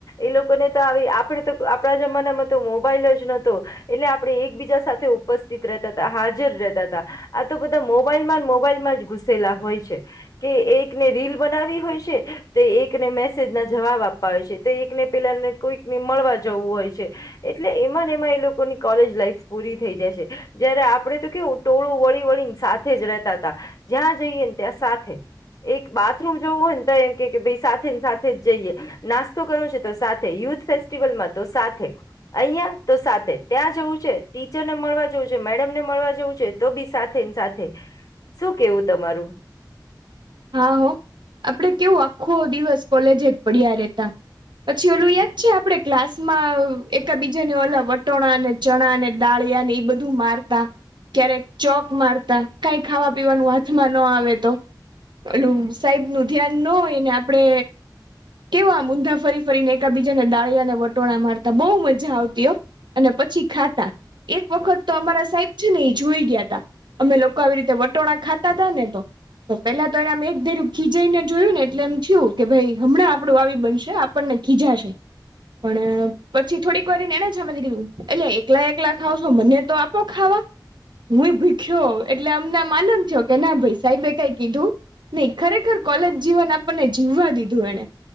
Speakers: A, on the left; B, on the right.
A: એ લોકો મને તો આપે તો આપણા જમાનામાં તો મોબાઈલ જ નહતો એટલે આપણેે એક બીજા સાથે ઉપસ્થિત રહેતા હતા હાજર રહેતા હતા આ તો બધા મોબાઈલમાં મોબાઈલમાં જ ઘુસેલા હોય છે. કે એકને રીલ બનાવી હોય છે તે એકને મેસેજ ના જવાબ આપવા હોય છે તે એકને પેલા કોઈક ને મળવા જવું હોય છે એટલે એમાં ને એમાં એ લોકોની કોલેજ લાઈફ પૂરી થઈ જાય છે. જારે આપડે તો કેવું ટોળું વળી વળી સાથે જ રતા હતા જ્યાં જઈએ ને ત્યાં સાથે એક બાથરૂમ જવું હોય ન તો એમ કે કે બે સાથેને સાથે જ જઈએ નાસ્તો કરવો છે તો સાથે યુ ફેસ્ટિવલમાં તો સાથે ઐયા તો સાથે ત્યાં જવું છે ટીચરને મળવા મેડમ ને મળવા જવું છે તો બી સાથે સાથે શું કેવું તમારું
B: હા હો આપડે કેવું આખો દિવસ કોલેજ જ પડ્યા રહેતા. પછી ઓલું યાદ છે આપડે ક્લાસ માં એકાબીજાની ઓલા વટોણા અને ચણા અને દાળ ને એ બધું મારતા ક્યારેક ચોક મારતા કઈ ખાવા પીવાનું હાથમાં ન આવે તો. ઓલું સાહેબ નું ધ્યાન ન હોય ને આપડે કેવા આ ઊંધા ફરી ફરીને એકાબીજાને દાળીયાને વટોણા મારતા બહુ મજા આવતી હો અને પછી ખાતા એક વખત તો અમારા સાહેબ છે ને એ જોઈ ગયા તા અમે લોકો આવી રીતે વટોણા ખાતા હતાા ને તો પેલા તો એમ એક ધેરું ખીજાઈને જોયું ને એટલે એમ થયું કે ભાઈ હમણાં આપણું આવી બનશે આપણને ખીજાશે. પણ પછી થોડીક વાર ને એને સમજી કીધું એટલે એકલા એકલા ખાવ છો મને તો આપો ખાવા હું એ ભૂખ્યો એટલે અમને માનમ છો કે ના ભાઈ સાહેબે કઈ કીધું નહી ખરેખર કોલેજ જીવન આપણને જીવવા દીધું એણે